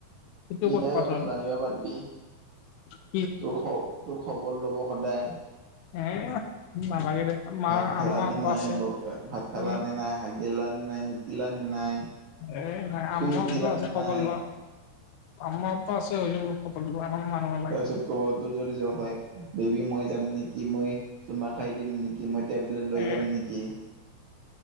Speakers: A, on the left; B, on the right.
A: সেইটো
B: দিটাহে
A: ক'ত পা
B: অকমান
A: তই
B: জানিবা পাৰবি।
A: <inaudible>
B: তোৰ খ তোৰ খবৰ ল'ব সদায়।
A: এ নালাগে দে মাৰ
B: ভাত খাল
A: আম্মা
B: নে
A: আব্বা
B: নাই?
A: আছে
B: ব ভাত খালা
A: এ
B: নে নাই হা গিলা নে নাই, মুতিলা নে নাই,
A: এ নাই
B: শুই
A: আম্মা
B: উঠিলা
A: আব্বা আছে
B: নে
A: খবৰ
B: নাই?
A: লোৱা আম্মা বাপা আছে হ'লেও সকলোবোৰ আমাৰ মানুহৰ লাইফ
B: তাৰপিছত ক'ব তোৰ যদি জ্বৰ হয় বেবী মই যাম নেকি? মই চুমা খাই দিম নেকি? মই টেবলেট
A: <unintelligible>
B: লৈ
A: এ
B: যাম নেকি